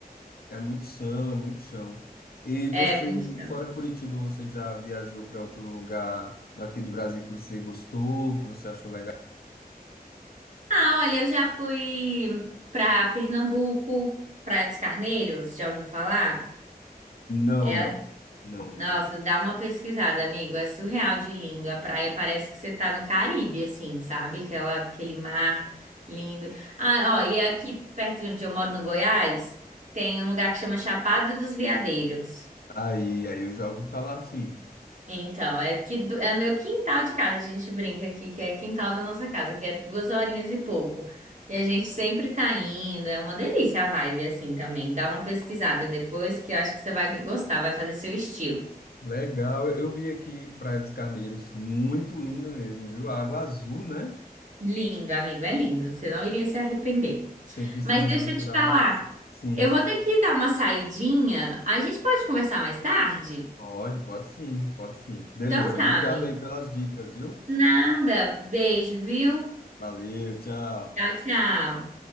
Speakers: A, on the left; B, on the right.
A: É muito chão, é muito chão. E você,
B: É, muito tempo.
A: fora Curitiba, você já viajou para outro lugar aqui do Brasil que você gostou, que você achou legal?
B: Ah, olha, eu já fui pra Pernambuco, Praia dos Carneiros, já ouviu falar?
A: Não,
B: É,
A: não. Não.
B: nossa, dá uma pesquisada, amigo, é surreal de lindo. A praia parece que você tá no Caribe, assim, sabe? Aquela, aquele mar lindo. Ah, ó, e aqui perto de onde eu moro, no Goiás, tem um lugar que chama Chapada dos Veadeiros.
A: Aí, aí eu já ouvi falar assim.
B: Então, é que é meu quintal de casa, a gente brinca aqui que é quintal da nossa casa, que é duas horinhas e pouco. E a gente sempre tá indo, é uma delícia a vibe assim também. Dá uma pesquisada depois que eu acho que você vai gostar, vai fazer seu estilo.
A: Legal, eu eu vi aqui Praia dos Carneiros, muito linda mesmo, viu? A água azul, né?
B: Lindo, amigo, é lindo, você não iria se arrepender.
A: Tem piscinas
B: Mas deixa
A: naturais.
B: eu te falar,
A: Sim.
B: eu vou ter que dar uma saidinha. A gente pode conversar mais tarde?
A: Pode, pode sim, pode sim. Beleza,
B: Então tá,
A: obrigado
B: amigo.
A: aí pelas dicas, viu?
B: Nada, beijo, viu?
A: Valeu, tchau.
B: Tchau, tchau.